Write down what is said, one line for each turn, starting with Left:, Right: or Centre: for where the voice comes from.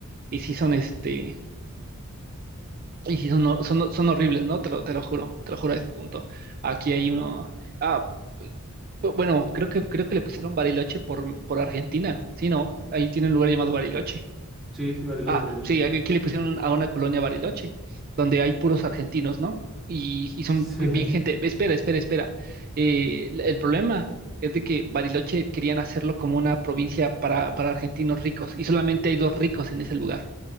Right: Y sí son este, y sí son, no, son, son horribles, ¿no? Te lo, te lo juro, te lo juro a este punto. Aquí hay uno. Ah, bu- bueno, creo que, creo que le pusieron Bariloche por, por Argentina. Sí, ¿no? Ahí tiene un lugar llamado Bariloche.
Centre: Sí, sí, Bariloche,
Right: Ah,
Centre: Bariloche.
Right: sí, aquí le pusieron a una colonia Bariloche, donde hay puros argentinos, ¿no? Y, y son
Centre: Sí.
Right: bi- bien gente. Espera, espera, espera. Eh, el el problema es de que Bariloche querían hacerlo como una provincia para, para argentinos ricos y solamente hay dos ricos en ese lugar